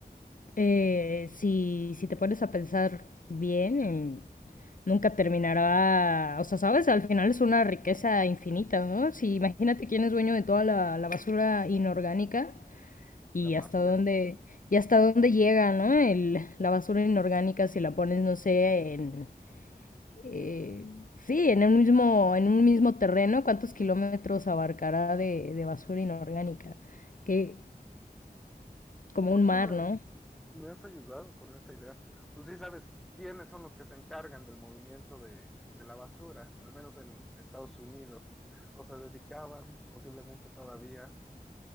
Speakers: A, on the left (about 55°); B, in the centre.
A: eh, si, si te pones a pensar bien, en- nunca terminará. O sea, sabes, al final es una riqueza infinita, ¿no? Si imagínate quién es dueño de toda la, la basura inorgánica y
B: la mafia.
A: hasta dónde, y hasta dónde llega, ¿no? El, la basura inorgánica si la pones, no sé, en eh, sí, en un mismo, en un mismo terreno, ¿cuántos kilómetros abarcará de, de basura inorgánica? Que, como
B: Justo
A: un mar,
B: me,
A: ¿no?
B: Me has ayudado con esa idea. Pues sí sabes quiénes son los que se encargan del movimiento de, de la basura, al menos en Estados Unidos, o se dedicaban, posiblemente todavía,